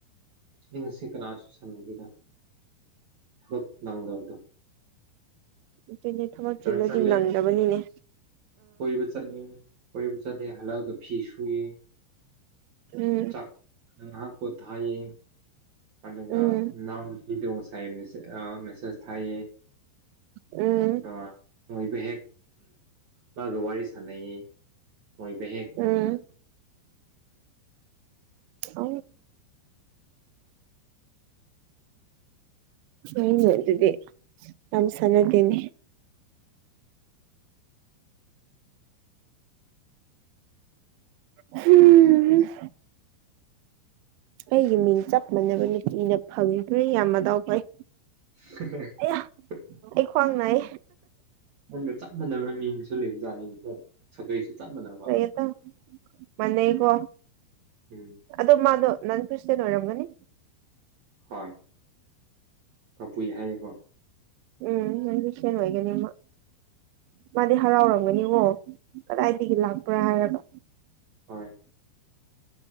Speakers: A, on the right; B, on the right.
A: ꯑꯤꯡꯁꯤ ꯀꯅꯥꯁꯨ ꯁꯥꯟꯅꯗꯦꯗ ꯊꯕꯛ ꯅꯪꯗꯕꯗꯣ
B: ꯑꯗꯨꯣꯏꯅꯦ ꯊꯕꯛ
A: ꯆꯔꯆ
B: ꯆꯤꯜꯂꯗꯤ
A: ꯆꯠꯂꯦ
B: ꯅꯪꯗ꯭ꯔꯕꯅꯤꯅꯦ
A: ꯀꯣꯏꯕ ꯆꯠꯂꯦ ꯀꯣꯏꯕ ꯆꯠꯂꯦ ꯍꯜꯂꯛꯑꯒ ꯐꯤ ꯁꯨꯏ
B: ꯎꯝ
A: ꯆꯥꯛ ꯉ ꯀꯣ ꯊꯥꯏꯌꯦ ꯑꯗꯨꯒ
B: ꯎꯝ
A: ꯅꯎꯄꯤꯗꯣ ꯉꯥꯁꯥꯏ ꯃꯦꯁ ꯊꯥꯏ
B: ꯎꯝ
A: ꯑꯗꯣ ꯃꯣꯏꯕ ꯍꯦꯛ ꯕꯥ ꯋꯥꯔꯤ ꯄꯨꯋꯥꯔꯤ ꯁꯥꯟꯅꯩ ꯍꯣꯏꯕ ꯍꯦꯛꯦꯛ ꯊꯪꯒ
B: ꯎꯝ ꯑ ꯍ ꯃꯗꯗꯤ ꯅꯥꯟ ꯁꯅꯗꯦꯅꯦ ꯎꯝ ꯑꯩꯒꯤ ꯃꯤꯡ ꯆꯞ ꯃꯥꯟꯅꯕ ꯅꯨꯄꯤꯅ ꯐꯪꯗ꯭ꯔꯦ ꯌꯥꯝ ꯑꯗꯥꯎ ꯐꯩ
A: <inaudible>
B: ꯑꯌꯥ ꯑꯩ ꯈ꯭ ꯋꯥꯡꯅꯥꯏ
A: ꯅꯒ ꯆꯞ ꯃꯥꯟꯅꯕ ꯃꯤ ꯑꯃꯁꯁꯨ ꯂꯩꯕ ꯖꯥꯠꯅꯤꯅꯦꯀꯣ ꯁꯥꯒꯩꯁꯨ ꯆꯞ ꯃꯥꯟꯅꯕ
B: ꯂꯩꯌꯦꯗ ꯃꯥꯟꯅꯩꯀꯣ
A: ꯎꯝ
B: ꯑꯗꯣ ꯃꯥꯗꯣ ꯅꯟ ꯈ꯭ꯔꯤꯁꯇꯦꯟ ꯑꯣꯏꯔꯝꯒꯅꯤ
A: ꯍꯣꯏ ꯀ ꯄꯨꯏ ꯍꯥꯏꯑꯦꯀꯣ
B: ꯎꯝ ꯐꯦꯟ ꯑꯣꯏꯒꯅꯤ ꯃꯥꯗꯤ ꯍꯔꯥꯎꯔꯝꯒꯅꯤꯀꯣ ꯀꯗꯥꯏꯗꯒꯤ ꯂꯥꯛꯄ꯭ꯔꯥ ꯍꯥꯏꯔꯕ
A: ꯍꯣꯏ